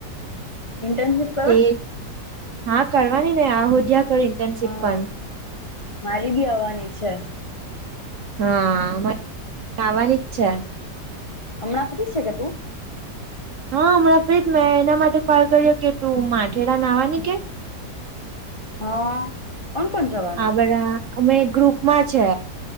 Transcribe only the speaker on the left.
ઇન્ટનશિપ?
હા
મારી બી આવવાની છે.
હમણાં ફ્રી છે કે તું?
હા કોણ કોણ જવા?